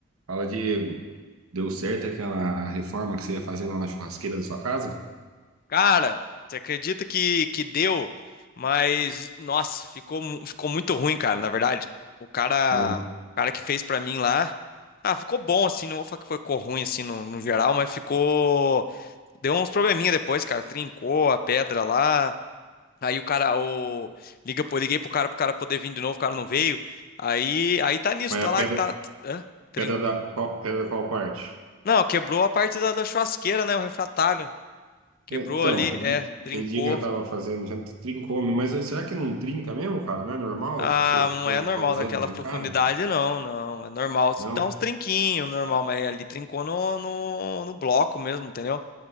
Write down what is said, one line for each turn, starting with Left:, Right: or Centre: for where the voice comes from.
Right: Fala, Diego. Deu certo aquela reforma que você ia fazer lá na churrasqueira da sua casa?
Left: Cara, você acredita que, que deu, mas nossa, ficou, mu- ficou muito ruim, cara, na verdade. O cara,
Right: Hum.
Left: o cara que fez pra mim lá, ah, ficou bom assim, não vou falar que ficou ruim assim no, no geral, mas ficou deu uns probleminha depois, cara, trincou a pedra lá. Aí o cara, o liga, pro- liguei pro cara pro cara poder vir de novo, o cara não veio. Aí, aí tá nisso,
Right: Mas
Left: tá
Right: a
Left: lá,
Right: pedra,
Left: tá, hã? Trin-
Right: pedra da qual, pedra da qual parte?
Left: Não, quebrou a parte da, da churrasqueira, né, o refratário. Quebrou
Right: É, Então,
Left: ali,
Right: aquele
Left: é,
Right: di-
Left: trincou.
Right: aquele dia que eu tava fazendo, já trincou, mas será que não trinca mesmo, cara? Não é normal
Left: Ah,
Right: se você for
Left: não é normal
Right: ficar usando
Left: daquela
Right: trincar,
Left: profundidade,
Right: né?
Left: não, não. É normal
Right: Não?
Left: dar uns trinquinhos, normal, mas ali trincou no, no, no bloco mesmo, entendeu?